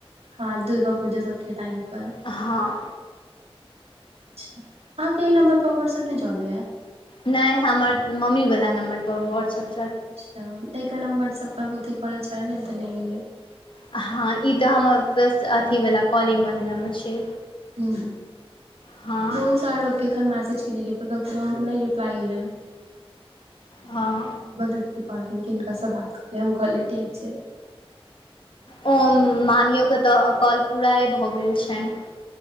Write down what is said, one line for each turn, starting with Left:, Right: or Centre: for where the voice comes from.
Right: हँ, दुर्गापूजा सबके टाइमपर।
Left: हँ।
Right: अच्छा, अहाँके अइ नम्बर पर व्हाट्सप चलेयै।
Left: नइ हमर मम्मीवला नम्बर पर व्हाट्सएप।
Right: अच्छा, अइके नम्बर सब पर ओके करऽ चाहलिये तऽ नहि गेलै।
Left: हँ ई तऽ हमर पस, अथीवला कॉलिंगवला नम्बर छै।
Right: हूं।
Left: हँ
Right: <unintelligible> चार लोक के एखन मैसेज कने रहये, पर ककरो नहि रिप्लाई एलैहन। तऽ
Left: हँ
Right: हम बदूदती कहलखिन हिनका से बात कलियै, हम कहलियै ठीक छै।
Left: ओ, मामियो के तऽ कॉल पुराए भऽ गेल छनि।